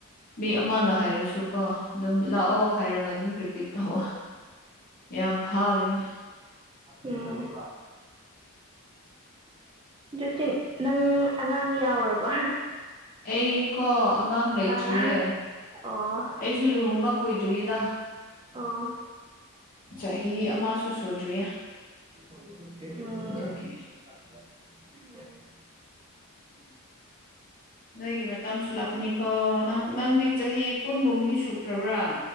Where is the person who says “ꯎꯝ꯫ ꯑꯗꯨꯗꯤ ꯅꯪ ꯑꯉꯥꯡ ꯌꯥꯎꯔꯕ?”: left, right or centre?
Right